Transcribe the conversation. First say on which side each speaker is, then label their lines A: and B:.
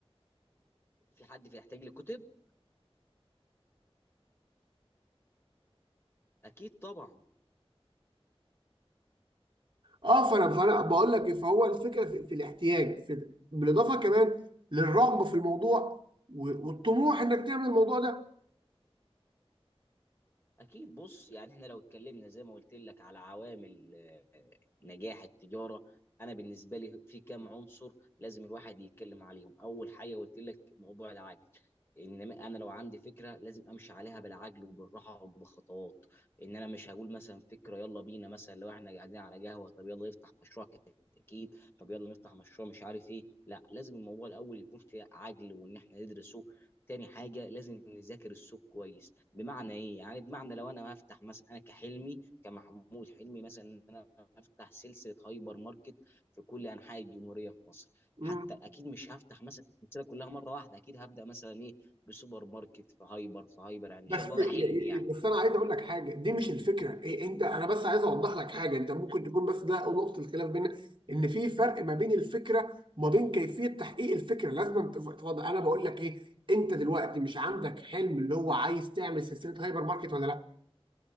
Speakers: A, on the left (about 25°); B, on the right (about 50°).
A: في حد بيحتاج لكتب اكيد طبعا
B: اه فانا فانا بقول لك إيه، فهو الفكره في, في الاحتياج في بالاضافه كمان للرغبه في الموضوع و- والطموح انك تعمل الموضوع ده
A: اكيد بص يعني احنا لو اتكلمنا زي ما قلت لك على عوامل آه، نجاح التجاره انا بالنسبه لي في كام عنصر لازم الواحد يتكلم عليهم اول حاجه قلت لك موضوع العجل ان ما- انا لو عندي فكره لازم امشي عليها بالعجل وبالراحه وبخطوات ان انا مش هقول مثلا فكره يلا بينا مثلا لو احنا قاعدين على قهوه طب يلا نفتح مشروع كتاكيد طب يلا نفتح مشروع مش عارف ايه لا لازم الموضوع الاول يكون فيه عجل وان احنا ندرسه تاني حاجة لازم نذاكر السوق كويس بمعنى ايه يعني بمعنى لو انا هفتح مثلا انا كحلمي كمحمود حلمي مثلا ان انا افتح سلسلة هايبر ماركت في كل انحاء الجمهورية في مصر
B: مم.
A: حتى اكيد مش هفتح مثلا السلسلة كلها مرة واحدة اكيد هبدأ مثلا ايه بسوبر ماركت في هايبر في هايبر يعني ان
B: بس
A: شاء الله ده حلمي يعني
B: بس انا عايز اقول لك حاجه دي مش الفكره إيه انت انا بس عايز اوضح لك حاجه انت ممكن تكون بس ده نقطه الخلاف بيننا ان في فرق ما بين الفكره وما بين كيفيه تحقيق الفكره لازم تف- تفضل انا بقول لك ايه انت دلوقتي مش عندك حلم اللي هو عايز تعمل سلسله هايبر ماركت ولا لا